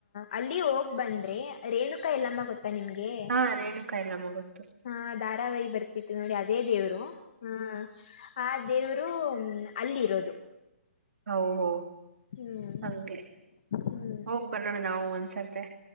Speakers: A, on the left; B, on the right.
A: ಅಲ್ಲಿ ಹೋಗ್ ಬಂದ್ರೆ ರೇಣುಕಾ ಎಲ್ಲಮ್ಮ ಗೊತ್ತ ಗತ್ತ ನಿಮ್ಗೆ
B: ಹಾ ರೇಣುಕಾ ಎಲ್ಲಮ್ಮ ಗೊತ್ತು
A: ಹಾ ಧಾರಾವಾಹಿ ಬರ್ತಿತಿ ನೋಡಿ ಅದೇ ದೇವ್ರು ಹ್ಮ ಆ ದೇವರು ಅಲ್ಲಿ ಇರೋದು
B: ಹ ಹೋ
A: ಹ್ಮ್
B: ಹಗೆ
A: ಹ್ಮ್
B: ಹೋಗೋಗ್ ಬರೋಣ ನಾವು ಒಂದ್ಸರ್ತೆ